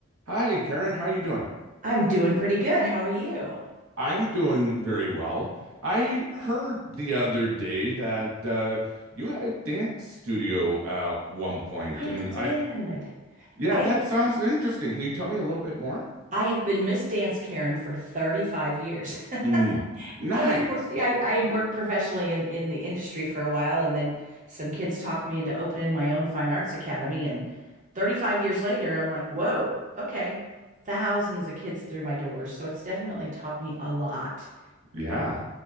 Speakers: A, on the right (about 85°); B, on the right (about 35°).
A: Hi, Karen. How you doing?
B: I'm doing pretty good. How are you?
A: I'm doing very well. I heard the other day that uh, you had a dance studio at one point,
B: I
A: and
B: did.
A: I, yeah,
B: I
A: that sounds interesting. Can you tell me a little bit more?
B: I have been Miss Dance Karen for 35 years. <laughs>
A: Mm, nice.
B: I was wor- <laughs> yeah, I, I had worked professionally in in the industry for a while and then some kids talked me into opening my own fine arts academy and 35 years later I'm like, "Whoa, okay." Thousands of kids through my doors, so it's definitely taught me a lot.
A: Yeah,